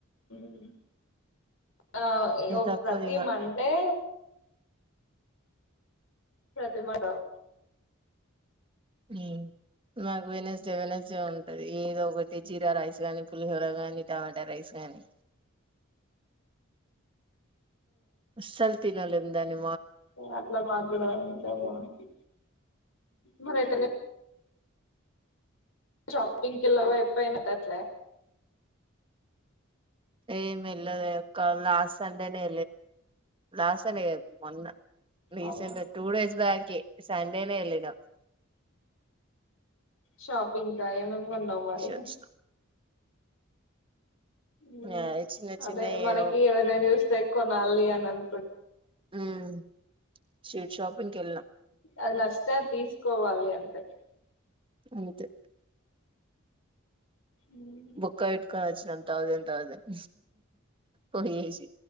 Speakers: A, on the left (about 70°); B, on the right (about 25°).
A: ఉ ఆ ఇ ఒ
B: తప్పదిగా
A: ప్రతి మండే ప్రతిమ టరు
B: ఉమ్ నాకు వెనస్డే వెనస్డే ఉంటది ఏదో ఒకటి జీరా రైస్ గానీ పులిహోర గాని టమాటా రైస్ గాని అస్సలు తినలేం ఉందని
A: ఏ అట్ల మాగుడ ఉంటే బావుండు. మరి ఎటన షాపింగ్కి కెళ్ళావా ఎప్పైనా దట్లే
B: ఏం వెల్లలే అక్కా లాస్ట్ సండేనే లాస్ట్ ఈ సండే గాద్ మొన్న రీసెంట్
A: అవునా
B: గ టూ డేస్ బ్యాక్ కే సండేనే ఎల్లినం
A: షాబ్ పింకా ఏమేం గొన్నావ్ మరి
B: వచ్చినాం
A: ఊమ్
B: ఆ చిన్న
A: అదే
B: చిన్న
A: మనకీ
B: ఏవో
A: ఎవరినైనా జూస్తే కొనాలీ అని అన్
B: హ్మ్ స్ట్రీట్ షాప్ ఇంకెళ్ళినా
A: అది నర్స్ సార్ తీసుకోవాలీ అంతే
B: అంతే
A: ఉమ్.
B: ముక్క పెట్టుకొనిచ్చి న థౌసండ్ థౌసండ్ పోగేసి